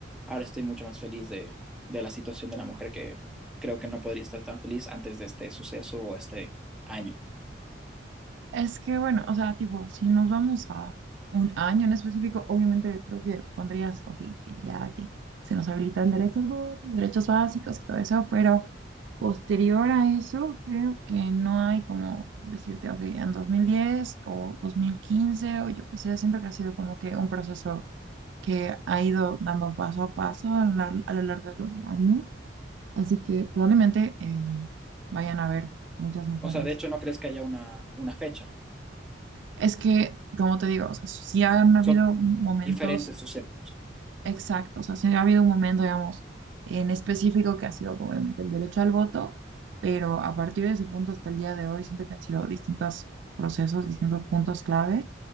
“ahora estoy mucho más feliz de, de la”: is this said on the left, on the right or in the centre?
Centre